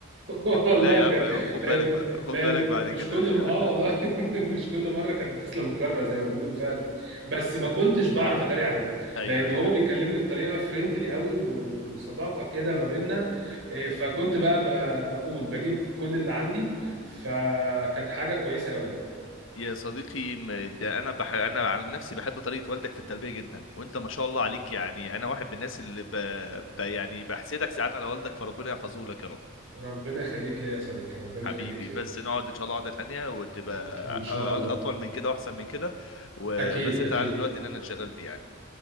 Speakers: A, on the right; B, on the left.
A: والله
B: لا يا
A: بجد
B: عم خد
A: لان
B: بالك بقى
A: لان
B: خد بالك بعد
A: مش
B: كده
A: كل
B: <laughs>
A: اه والله <laughs> مش كل مره كانت بتسلم الجره زي ما بيقولوا فعلا بس ما كنتش بعرف اداري عليه
B: ايوه
A: لان
B: ايوه
A: هو بيكلمني بطريقه فريندلي قوي و- و- وصداقه كده ما بيننا إيه، فكنت بقى ب- بقول بجيب كل اللي عندي فكانت حاجه كويسه قوي
B: يا صديقي م- ده انا بح... انا على نفسي بحب طريقه والدك في التربيه جدا وانت ما شاء الله عليك يعني انا واحد من الناس اللي ب... ب... يعني بحسدك ساعات على والدك فربنا يحفظه لك يا رب
A: ربنا يخليك ليا يا صديقي ربنا
B: حبيبي
A: يخليك ليا
B: بس نقعد ان شاء الله قعده تانيه وتبقى
A: ان
B: أ- أ-
A: شاء الله
B: اطول من كده واحسن من كده وبس
A: اكيد
B: انت
A: اكيد
B: عارف دلوقتي ان انا انشغلت يعني